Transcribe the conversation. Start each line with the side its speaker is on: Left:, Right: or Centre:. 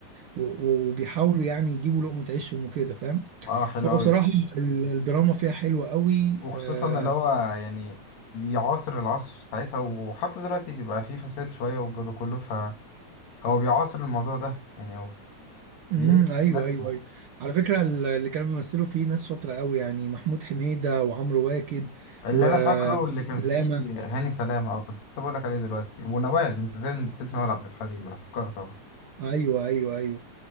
Right: و... وبيحاولوا يعني يجيبوا لقمة عيشهم وكده فاهم
Left: اه حلو
Right: هو
Left: قوي
Right: بصراحة ال- الدراما فيها حلوة قوي
Left: وخصوصا
Right: آه،
Left: اللي هو يعني بيعاصر العصر ساعتها وحتى دلوقتي بيبقى فيه فساد شويه والجو ده كله فهو بيعاصر الموضوع ده يعني هو
Right: امم
Left: بيلبس
Right: ايوه
Left: الناس
Right: ايوه ايوه على فكره ال- اللي كانوا بيمثلوا فيه ناس شاطره قوي يعني محمود حميده وعمرو واكد
Left: اللي
Right: و
Left: انا فاكره اللي كان فيه
Right: سلامه
Left: هاني سلامه اه كنت لسه بقول لك عليه دلوقتي ونوال انت ازاي نسيت نوال عبد الحليم انا افتكرت اهو
Right: ايوه ايوه ايوه